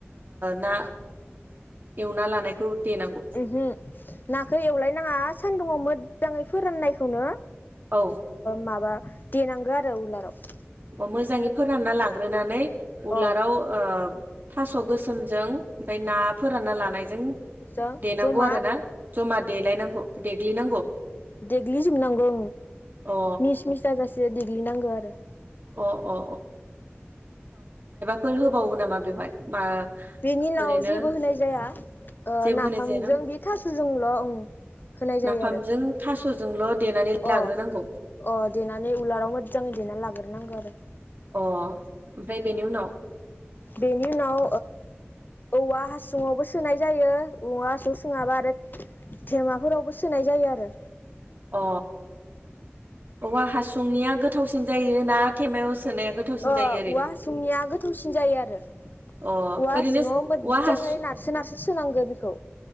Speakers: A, on the right; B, on the left.
A: ना एवना लानायखौ देनांगौ
B: ओहो नाखौ एवलायनाङा सान्दुङाव मोजाङै फोराननायखौनो
A: औ
B: माबा देनांगो आरो उलाराव
A: अ मोजाङै फोरानना लाग्रोनानै उलाराव
B: अ
A: ओ थास' गोसोमजों ओमफ्राय ना फोरानना लानाय जों
B: जों
A: देनांगौ
B: जमा
A: आरो ना जमा देलायनांगौ देग्लिनांगौ
B: देग्लि जोबनांगौ
A: अ
B: मिस मिस जाजासे देग्लिनांगो आरो
A: अ अ फोर होबावो नामा बेवहाय मा
B: बेनि उनाव
A: ओरैनो
B: जेबो होनाय जाया
A: जेबो
B: नाफामजों
A: होनाय जायाना
B: बे थासजोंल' ओं होनाय जायो
A: नाफामजों
B: आरो
A: थास'जोंल' देनानै लाग्रोनांगौ
B: अ अ देनानै उलाराव मोजाङै देनानै लाग्रोनांगौ आरो
A: अ ओमफ्राय बेनि उनाव
B: बेनि उनाव औवा हासुङावबो सोनाय जायो औवा हासुं सोङाबा आरो थेमाफोरावबो सोनाय जायो आरो।
A: अ औवा हासुंनिया गोथावसिन जायो ना थेमायाव सोनाया गोथावसिन
B: अ
A: जायो ओरैनो
B: औवा सुंनिया गोथावसिन जायो आरो। औवा
A: अ ओरैनो
B: सिङाव मोजाङै
A: औवा हासुं
B: नारसो नारसो सोनांगो। बि